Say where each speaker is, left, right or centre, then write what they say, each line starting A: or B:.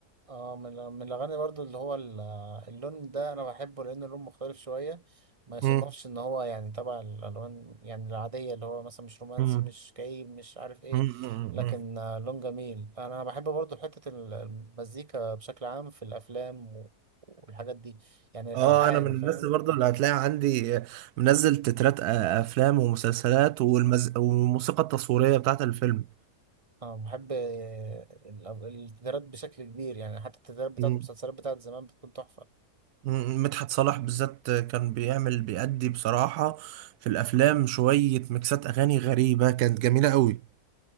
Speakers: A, on the right; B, on the right.
A: اه من من الاغاني برضو اللي هو ال- اللون ده انا بحبه لان اللون مختلف شويه ما يصنفش
B: مم.
A: ان هو يعني تبع الالوان يعني العاديه اللي هو مثلا مش رومانسي
B: مم.
A: مش كئيب مش عارف ايه
B: مم. مم.
A: لكن
B: مم.
A: آه، لون جميل انا بحب برضو حته ال- المزيكا بشكل عام في الافلام و- والحاجات دي يعني
B: اه
A: الالحان
B: انا من
A: فاهم
B: الناس اللي برضو اللي هتلاقي عندي منزل تترات أ- افلام ومسلسلات والمز... والموسيقى التصويرية بتاعت الفيلم
A: اه بحب آه، ال- التترات بشكل كبير يعني حتى التترات بتاعت
B: آه.
A: المسلسلات بتاعت زمان بتكون تحفه
B: مم، مدحت صالح بالذات كان بيعمل بيأدي بصراحة في الأفلام شوية ميكسات أغاني غريبة كانت جميلة قوي